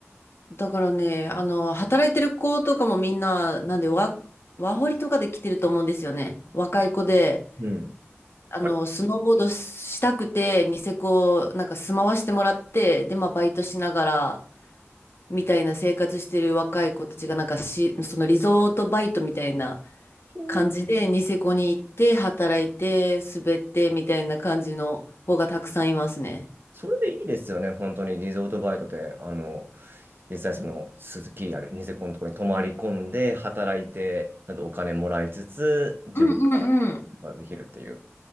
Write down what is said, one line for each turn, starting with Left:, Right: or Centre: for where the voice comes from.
Left: だからね、あの、働いてる子とかもみんな、なんでワ、ワーホリとかで来てると思うんですよね。若い子で、
Right: うん。
Left: あの、
Right: あれ、
Left: スノーボードしたくて、ニセコ、なんか住まわしてもらって、で、まあ、バイトしながら、みたいな生活してる若い子たちが、なんかし、そのリゾートバイトみたいな
Right: そう、
Left: 感じで、ニセコに行って、働いて、滑って、みたいな感じの子がたくさんいますね。
Right: それでいいですよね、本当に。リゾートバイトで、あの、実際その、鈴木あるニセコのところに泊まり込んで、働いて、ちゃんとお金もらいつつ、自分のこ
Left: うんうんうん。
Right: とができるっていう。